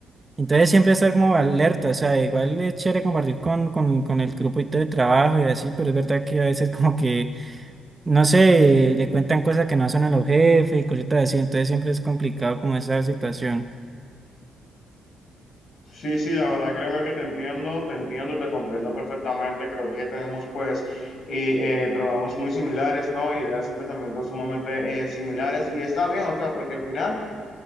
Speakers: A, on the right; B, on the left.
A: entonces siempre estar como alerta, o sea, igual es chévere compartir con, con, con el grupo y todo de trabajo y así, pero es verdad que a veces como que, no sé, le cuentan cosas que no son a los jefes y cositas así, entonces siempre es complicado como esa situación.
B: Sí, sí, la verdad creo que te entiendo, te entiendo, y te comprendo perfectamente. Creo que tenemos pues y, eh, trabajos muy similares, ¿no? Ideas y pensamientos sumamente eh, similares. Y está bien, o sea, porque al final